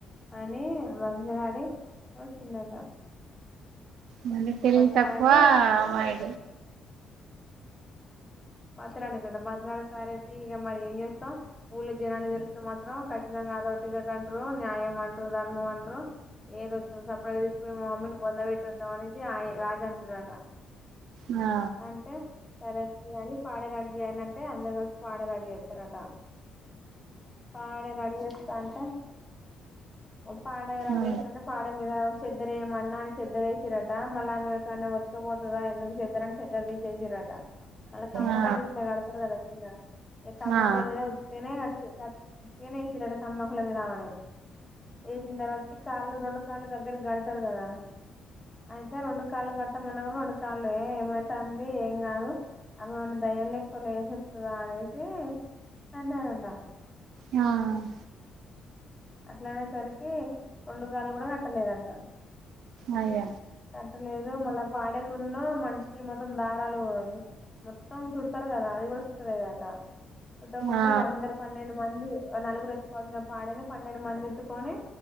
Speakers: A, on the left; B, on the right.
A: అని బతిమిలాడి వచ్చిందట
B: మన తెలివి
A: బతిమిలాడి
B: తక్కువ అమాయి
A: మాట్లాడిందంట మాట్లాడు సరే తియ్ ఇగ మరి ఏం చేస్తాం ఊళ్ళ జనానికి తెరుస్తే మాత్రం ఖచ్చితంగా అద గదాంటరు న్యాయ అంటు ధర్మం అంటు ఏడోద్దు సప్పుడేక తీసుకపోయి మమమ్మీ ని బొందవెట్టొదామని ఇ ఆ రాజ అంటడంట
B: ఆ
A: అంటే సరే తీయి అని పాడేరడి చేయండి అంటే అందరు కలిసి పాడేరడి చేస్తారంట పాడే నడు చేస్తా అంటే పాడే రడ్
B: ఆ
A: చేస్తంటే పాడ మీద చెద్దర ఏమన్నా చెద్దరేసి రడ్ మళ్ళ ఆమెకన్నా బతుకపోతదా ఎందుకు సిద్ద్దరని సిద్ద్ది తీసేసారట మళ్ళ కమ్మకుళకి
B: ఆ
A: ఇట్లా కడతారు కదా కింద ఇగ కమ్మకుల
B: ఆ
A: మీద ఉత్తినే కట్టి ఉత్తినే వేసిరు అంట కమ్మకుల మీద అవని వేసిన తర్వాత కాళ్ళు రెండు కాళ్ళ దగ్గరకి గడతారు కదా అయితే రెండు కాళ్లు కట్టమన్న కూడా రెండు కాళ్లు ఏ ఏమ తంది ఏంగాదు ఆమె ఏమన్నా దయ్యం లెక్క లేసోస్తదా అనేసి అన్నారాంట
B: ఆ
A: అట్ల అనే సరి కి రెండు కాళ్లు కూడా కట్టలేదట
B: అయ్యో
A: కట్టలేదు మళ్ళా పాడేయకుండా మనిషికి మొత్తం దారాలు పోంది మొత్తం చుడతారు కదా అది కూడా చుట్టలేదంట చుట్టకుండా
B: ఆ
A: అందరు పన్నెండు మంది నలుగురు ఎత్తుకోవాల్సిన పాడని పన్నెండు మంది ఎత్తుకొని